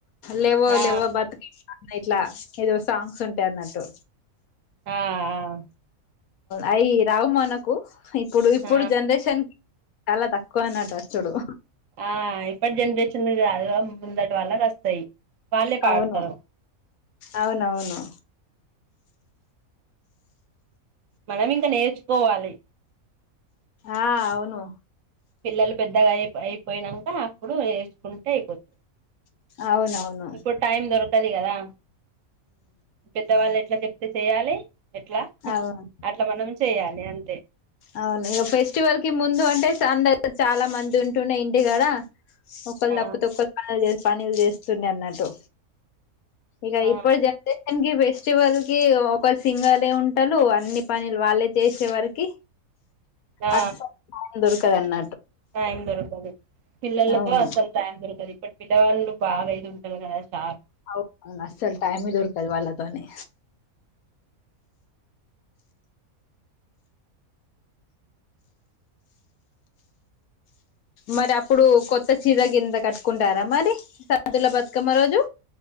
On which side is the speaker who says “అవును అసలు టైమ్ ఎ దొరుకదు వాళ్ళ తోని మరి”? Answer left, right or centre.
Left